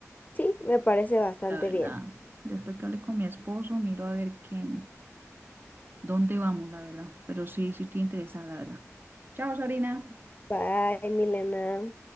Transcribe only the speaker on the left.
sí, me parece bastante
bien.
Bye, Milena.